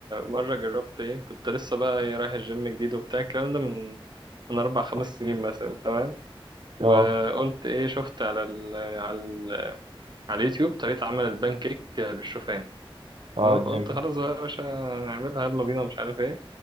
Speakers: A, on the right; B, on the right.
A: مرة جربت ايه كنت لسه بقى إيه رايح الجيم جديد وبتاع الكلام ده من من أربع خمس سنين مثلا تمام وقلت
B: اه
A: ايه شفت على ال على ال على اليوتيوب طريقة عمل البان كيك بالشوفان
B: اه
A: تمام فقلت
B: جامد
A: خلاص بقى يا باشا نعملها يلا بينا مش عارف ايه